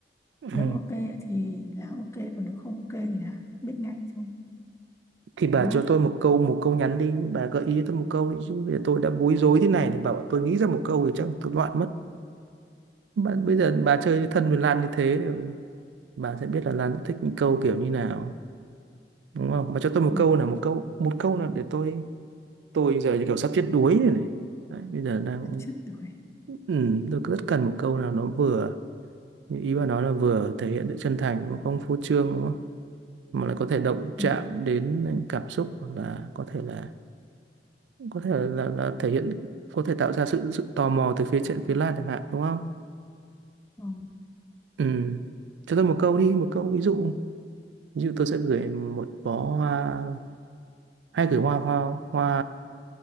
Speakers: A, on the right; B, on the left.
A: ừ.
B: Nếu ok thì là ok, còn nếu không ok thì là biết ngay thôi.
A: thì bà
B: Đúng không?
A: cho tôi một câu một câu nhắn đi bà gợi ý cho tôi một câu đi chứ bây giờ tôi đã bối rối thế này bảo bảo tôi nghĩ ra một câu thì chắc tôi loạn mất bà, bây giờ bà chơi thân với Lan như thế bà sẽ biết là Lan sẽ thích những câu kiểu như nào đúng không bà cho tôi một
B: Ừ.
A: câu là một câu một câu là để tôi tôi giờ như kiểu sắp chết đuối rồi này Đấy, bây giờ đang
B: Chút chút tuổi.
A: ừ, tôi rất cần một câu nào nó vừa Nhưng ý bà nói là vừa thể hiện sự chân thành nó không phô trương đúng không mà lại có thể động
B: Ừ.
A: chạm đến cảm xúc hoặc là có thể là có thể là, là, là thể hiện có thể tạo ra sự sự tò mò từ phía trên phía Lan chẳng hạn đúng không
B: Ờ.
A: ừ cho tôi một câu đi một câu ví dụ ví dụ tôi sẽ gửi một bó hoa hay gửi hoa hoa hoa